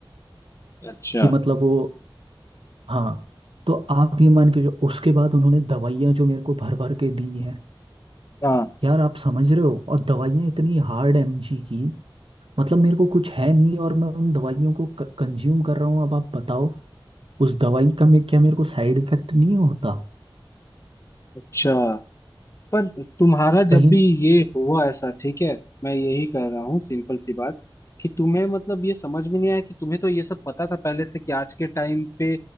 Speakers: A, on the left (about 35°); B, on the right (about 80°).
A: अच्छा
B: कि मतलब वो हाँ तो आप ये मान के जो उसके बाद उन्होंने दवाइयाँ जो मेरे को भर भर के दी हैं
A: हाँ
B: यार आप समझ रहे हो और दवाइयाँ इतनी हार्ड एमजी की मतलब मेरे को कुछ है नहीं और मैं उन दवाइयों को कंज्यूम कर रहा हूँ अब आप बताओ उस दवाई का मे क्या मेरे को साइड इफेक्ट नहीं होता
A: अच्छा पर तुम्हारा
B: कहीं
A: जब भी ये हुआ ऐसा ठीक है मैं यही कह रहा हूँ सिंपल सी बात कि तुम्हें मतलब ये समझ में नहीं आया कि तुम्हें तो ये सब पता था पहले से कि आज के टाइम पे